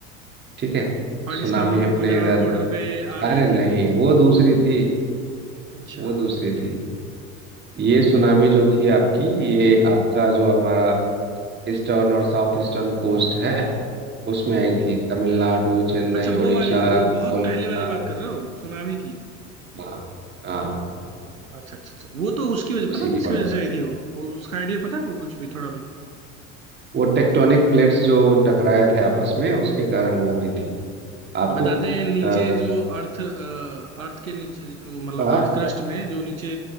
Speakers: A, on the right (about 25°); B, on the right (about 85°).
A: ठीक है
B: पाकिस्तान
A: सुनामी
B: और
A: अपने
B: गुजरात
A: इधर
B: बॉर्डर पे आ रही
A: अरे नहीं
B: थी वो
A: वो दूसरी
B: वो
A: थी
B: अच्छा
A: वो दूसरी थी ये सुनामी जो थी आपकी ये आपका जो हमारा ईस्टर्न और साउथ ईस्टर्न कोस्ट है उसमें आई थी तमिलनाडु चेन्नई
B: अच्छा वो
A: उड़ीसा
B: वाली वो बहुत
A: कोलकाता
B: पहले वाली बात कर रहे हो सुनामी की
A: हाँ हाँ
B: अच्छा अच्छा अच्छा वो तो उसकी वजह
A: उसी
B: पता है
A: की
B: किसकी
A: बात
B: वजह
A: कर
B: से आई थी वो वो उसका आइडिया पता है आपको कुछ भी थोड़ा भी
A: वो टेक्टोनिक प्लेट्स जो टकराए थे आपस में उसके कारण वो हुई थी आपको
B: बताते हैं नीचे
A: अ,
B: जो अर्थ अ, अर्थ के नीचे जो- मतलब
A: हाँ
B: अर्थ क्रस्ट में जो नीचे